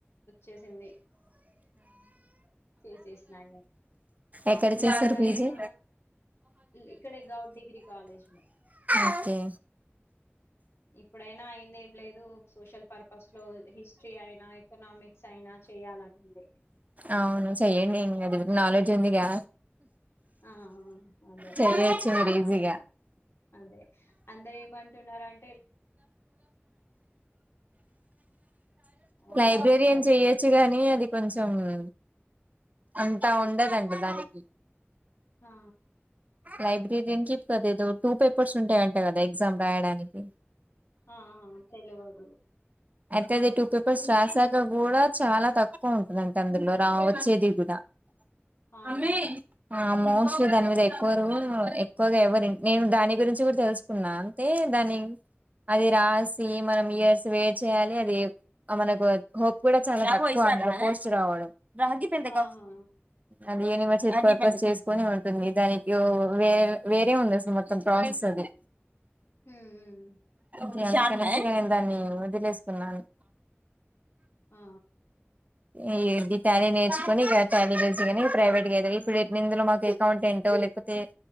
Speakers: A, on the left; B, on the right.
A: చేసింది చేసేసిన ఇగ
B: ఎక్కడ చేస్తారు
A: ఇప్పుడైనా
B: పీజీ
A: ఇక్కడే గౌట్ డిగ్రీ కాలేజ్ లో
B: ఒకే
A: ఇప్పుడైనా అయింది ఏం లేదు సోషల్ పర్పస్ లో హిస్టరీ అయినా ఎకనామిక్స్ అయినా చెయాలని ఉండే
B: అవును చెయ్యండి ఎంగదు నాలెడ్జ్ ఉంది గా
A: ఆ ఆ అదే
B: చెయ్యొచ్చు
A: యూస్ చేసుకోవాలిగ
B: మీరు ఈజీగా
A: అదే అంటే ఏమంటున్నారం ఆ,
B: లైబ్రరియన్
A: అని అంటున్నారు
B: చెయొచ్చు గానీ అది కొంచెం ఆ అంతా ఉండదం దానికి
A: ఆ
B: లైబ్రరియన్ కి కదేదో టూ పేపర్స్ ఉంటయంట కదా ఎగ్జామ్ రాయడానికి
A: ఆఆ తెలవదు
B: అయితే అది టూ పేపర్స్ రాసాక కూడా చాలా తక్కువ ఉంటదంట అందులో రావచ్చు
A: ఆహా
B: <unintelligible> ఆ మోస్ట్లీ దాని మీద ఎక్కువ ఎక్కువగా ఎవరు నేను దాని గురించి కూడా తెలుసుకున్నా అంటే దాని అది రాసి మనం ఇయర్స్ వే చేయాలి అది మనకు హోప్ కూడా చాలా తక్కువ అని పోస్ట్ రావడం రాగి బిందెగ
A: ఆహా
B: అది ఎన్ని మెసేజ్ పర్ <unintelligible> స్ చేసుకొని ఉంటుంది దానికి ఊ వేర్ వేరే ఉంది అసలు మొత్తం ప్రాసెస్ అది.
A: హూ ఉమ్
B: ఇగ అందుకనేసి ఇగ నేను దాన్ని వదిలేసుకున్నాను.
A: ఆ
B: ఈ ది టాలి నేర్చుకొని ఇగ శాలరీ బేస్ గాని ప్రైవేట్ గా ఏదై ఇప్పుడు ఇందులో మాకు అకౌంటెంటో లేకపోతే